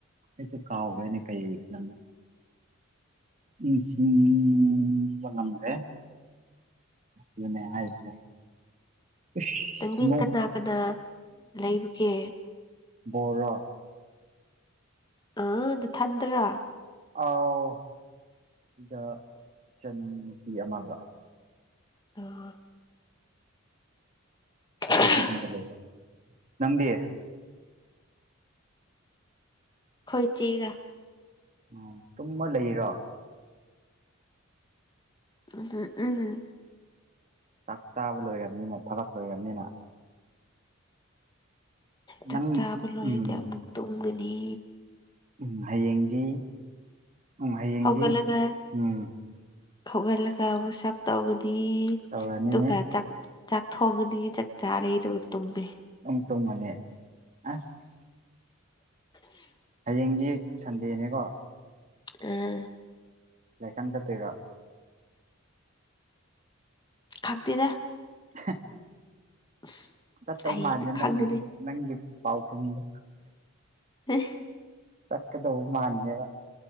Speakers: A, on the right; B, on the left.
A: ꯑꯩꯁꯨ ꯀꯥꯎꯈ꯭ꯔꯦꯅꯦ ꯀꯩ ꯗꯪꯅꯣ ꯏꯁꯤꯡꯁꯤꯡ ꯉꯝ꯭ꯔꯦ ꯅꯦ ꯍꯥꯏꯁꯦ ꯏꯁ
B: ꯅꯪꯗꯤ
A: ꯅꯣꯡ
B: ꯀꯅꯥ ꯀꯅꯥ ꯂꯩꯕꯒꯦ
A: ꯕꯣꯔ
B: ꯑꯥ ꯑꯗꯨ ꯊꯟꯗ꯭ꯔꯥ
A: ꯑꯥꯎ ꯁꯤꯗ ꯁꯦꯟ ꯅꯨꯄꯤ ꯑꯃꯒ
B: ꯑ
A: ꯆꯒ
B: ꯑꯩꯈꯣꯏ
A: ꯂꯩꯕ ꯅꯪꯗꯤ
B: ꯈꯣꯏꯣꯏ ꯆꯤꯒ
A: ꯎꯝ ꯇꯨꯝꯃ ꯂꯩꯔꯥ
B: ꯎ ꯎꯝ ꯎꯝ ꯎꯝ
A: ꯆꯥꯛ ꯆꯥꯕ ꯂꯣꯏꯔꯕꯅꯤꯅ ꯊꯕꯛ ꯂꯣꯏꯔꯕꯅꯤꯅ
B: ꯆꯥꯛ
A: ꯅꯪ
B: ꯆꯥꯕ ꯂꯣꯏꯔꯗꯤ
A: ꯎꯝ
B: ꯑꯃꯨꯛ ꯇꯨꯝꯒꯅꯤ
A: ꯎꯝ ꯍꯌꯦꯡꯗꯤ ꯎꯝ ꯍꯌꯦꯡꯗꯤ
B: ꯍꯧꯒꯂꯒ
A: ꯎꯝ
B: ꯍꯧꯒ ꯂꯒ ꯁ ꯇꯧꯒꯅꯤ
A: ꯇꯧꯔꯅꯤ
B: ꯑꯗꯨꯒ ꯆꯥꯛ ꯆꯥꯛ ꯊꯣꯡꯒꯅꯤ ꯆꯥꯛ ꯆꯥꯔꯩꯗꯨ ꯇꯨꯝꯃꯤ
A: ꯎ ꯇ ꯃꯅꯦ ꯑꯁ ꯍꯌꯦꯡꯗꯤ ꯁꯟꯗꯦꯅꯦꯀꯣ
B: ꯑ
A: ꯂꯥꯏꯁꯥꯡ ꯆꯠꯇꯣꯏꯔꯥ
B: ꯈꯪꯗꯦꯗ
A: <unintelligible>
B: <unintelligible>
A: ꯆꯠꯇꯧ
B: ꯍꯌꯦꯡꯗꯤ
A: ꯃꯥꯜꯗꯦ
B: ꯈꯪꯒꯅꯤ
A: ꯅꯪꯒꯤ ꯅꯪꯒꯤ ꯄꯥꯎꯈꯨꯝꯗꯣ
B: ꯍ
A: ꯆꯠꯀꯗꯧꯕ ꯃꯥꯜꯂꯦꯕ